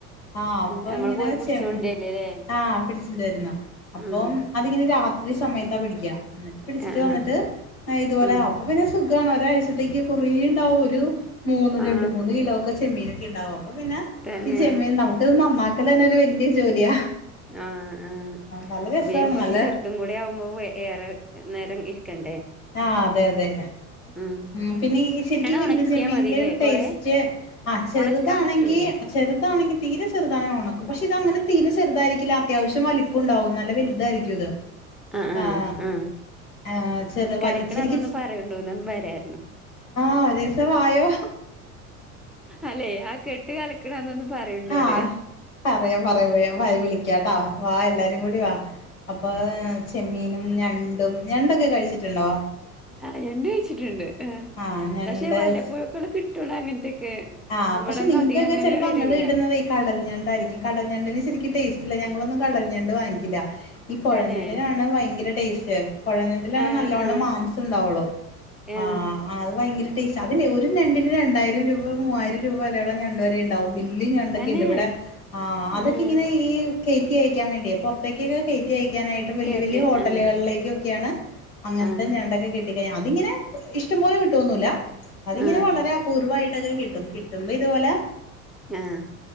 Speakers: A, on the left (about 70°); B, in the centre.
A: ആ അപ്പൊ
B: നമ്മള്
A: ഇനെ
B: പോയി
A: വെച്ച
B: പിടിച്ചോണ്ടിരല്ലേല്ലേ
A: ആ പിടിച്ചിണ്ട വരുന്ന അപ്പം
B: ഉം
A: അതിങ്ങനെ രാത്രി സമയത്താ പിടിക്കാ എന്നിട്ട് പിടിച്ചിട്ട്
B: ആ
A: വന്നിട്ട്
B: ആ
A: ഇതുപോലെ
B: ഉം
A: അപ്പൊ പിന്നെ സുഖമാണ് ഒരാഴ്ച അത്തേക്ക് കുറേ ഉണ്ടാവും ഒരു മൂന്ന്
B: ആ
A: രണ്ട് മൂന്ന് കിലോ ഒക്കെ ചെമ്മീനൊക്കെ ഉണ്ടാകും അപ്പൊ പിന്നെ
B: തന്നെ
A: ഈ ചെമ്മീ നമുക്കത് നന്നാക്കല തന്നെ ഒരു വലിയ ജോലിയാ
B: ആ ആഹ്
A: നല്ല രസാണ്
B: പിന്ന കൊറച്ച്
A: നല്ല
B: ചെറുതും കൂടി ആവുമ്പോ ഏറെ നേരം ഇരിക്കണ്ടേ
A: ആ അതെ അതെ
B: ഉം
A: ഉ പിന്നെ ശരിക്കും
B: എടാ
A: വലിയ
B: ഉണക്കിയാ
A: ചെമ്മീനില
B: മതില്ലേ കൊറെ
A: ടേസ്റ്റ് ആഹ് ചെറുതാണെങ്കി
B: ഉണക്കാൻ പറ്റൂലേ
A: ചെറുതാണെങ്കിൽ തീരെ ചെറുതാണ് ഉണക്കും പക്ഷെ ഇതങ്ങനെ തീരെ ചെറുതായിരിക്കില്ല അത്യാവശ്യം വലിപ്പുണ്ടാവും നല്ല വലുതായിരിക്കും ഇത്
B: ആ ആ
A: ആഹ്
B: ഉം
A: ആഹ് ചെറു വലു
B: കലക്കണന്നൊന്ന്
A: ശരിക്കും
B: പറയണ്ടോന്നന്ന് വരായിരുന്നു
A: ആ ഒരു ദിവസം വായോ
B: അല്ലെ ആ കെട്ട് കലിക്കണന്ന ഒന്ന് പറയണ്ട പറ
A: ആഹ് പറയാം പറയാം വ വിളിക്കാട്ടോ വാ എല്ലാരും കൂടി വാ അപ്പൊ ചെമ്മീനും ഞണ്ടും ഞണ്ടൊക്കെ കഴിച്ചിട്ടുണ്ടോ
B: ആ ഞണ്ട് കഴിച്ചിട്ടുണ്ട്
A: ആഹ് ഞണ്ട്
B: പക്ഷേ വല്ലപ്പഴക്കള കിട്ടൂള്ള അങ്ങനത്തൊക്കെ
A: ആഹ്
B: ഇവിടൊന്നും
A: പക്ഷെ നിങ്ങക്കൊക്കെ
B: അധികം അങ്ങനെ
A: ചെപ്പോ
B: വരൂല
A: അങ്ങ് കിട്ടുന്നത കടൽ ഞണ്ടായിരിക്കും കടൽഞണ്ടിന് ശെരിക്കും ടേസ്റ്റ് ഇല്ല ഞങ്ങളൊന്നും കടല ഞണ്ട് വാങ്ങിക്കില്ല ഈ പുഴഞണ്ടിനാണ്
B: തന്നെ
A: ഭയങ്കര ടേസ്റ്റ് പുഴഞണ്ടിലാണ്
B: ആ
A: നല്ലോണ്ണം
B: ആ
A: മാംസം ഉണ്ടാവുള്ളൂ
B: ആ
A: ആഹ ആതു ഭയങ്കര ടേസ്റ്റ് അതില്ലേ ഒരു ഞണ്ടിന് രണ്ടായിരം രൂപ മൂവായിരം രൂപ വിലയുള്ള ഞണ്ട് വരെ ഉണ്ടാവും വല്യ ഞണ്ടൊക്കെ
B: തന്നെ
A: ഉണ്ട് ഇവിടെ ആ അതൊക്കെ
B: ആ
A: ഇങ്ങനെ ഈ കെയറ്റി അയക്കാൻ വേണ്ടിയ അത്തക്കൊക്കെ കയറ്റി അയക്കാനായിട്ട് വലിയ
B: കാറ്റ്
A: വലിയ ഹോട്ടലുകളിലേക്കൊക്കെയാണ്
B: ആഹ്
A: അങ്ങനത്തെ
B: ആഹ്
A: ഞണ്ടൊക്കെ കിട്ട കഴിഞ്ഞാൽ അതിങ്ങനെ ഇഷ്ടംപോലെ കിട്ടോന്നുമല്ല അതിങ്ങനെ
B: ആഹ്
A: വളരെ അപൂർവമായിട്ടൊക്കെ കിട്ടും കിട്ടുമ്പ ഇതുപോലെ
B: ആഹ്